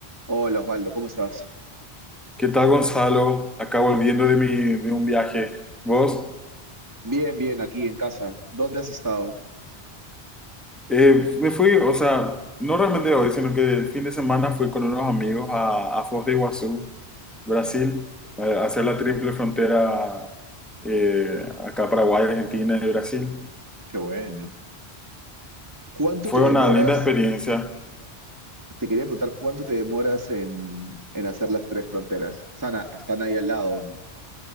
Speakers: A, on the right; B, in the centre.
A: Hola Osvaldo, ¿cómo estás?
B: ¿Qué tal, Gonzalo? Acá volviendo de mi, de un viaje. ¿Vos?
A: Bien, bien, aquí en casa. ¿Dónde has estado?
B: Eh, me fui, o sea, no realmente hoy, sino que el fin de semana fui con unos amigos a, a Foz de Iguazú, Brasil, a a hacer la triple frontera eh, acá Paraguay, Argentina y Brasil.
A: Qué bueno. ¿Cuánto
B: Fue
A: te demoras?
B: una linda experiencia.
A: Te quería preguntar, ¿cuánto te demoras en, en hacer las tres fronteras? ¿Sana, están ahí al lado o no?